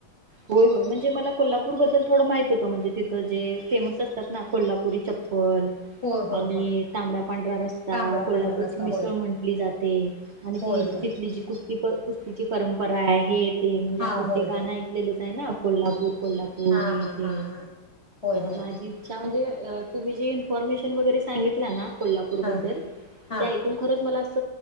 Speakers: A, on the right; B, on the left.
A: होय होय म्हणजे मला कोल्हापूर बद्दल थोडं माहित होतं म्हणजे तिथं जे फेमस असतात ना कोल्हापुरी चप पल
B: होय होय
A: आणि
B: होय
A: तांबडा पांढरा रस्सा
B: तांबडा
A: कोल्हापूरची
B: पांढरा रस्सा
A: मिसळ
B: होय
A: म्हंटली जाते आणि
B: होय
A: ती
B: होय
A: तिथली जी कुस्ती प कुस्तीची परंप परा आहेत ते म्हणजे
B: हा
A: आपण
B: होय
A: ते गाण
B: होय
A: ऐकलेलं. ना कोल्हापूर कोल्हापूर
B: हा
A: हे
B: हा
A: ते
B: हा हा होय होय
A: माझी म्हणजे तुम्ही जी इन्फॉर्मेशन वगैरे सांगितला ना. कोल्हापूर
B: हा
A: बद्दल
B: हा
A: ते ऐकून खरंच मला अस